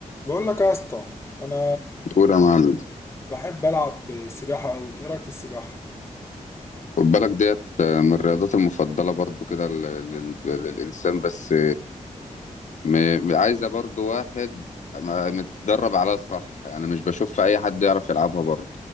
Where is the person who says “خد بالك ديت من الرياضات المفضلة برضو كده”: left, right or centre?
Left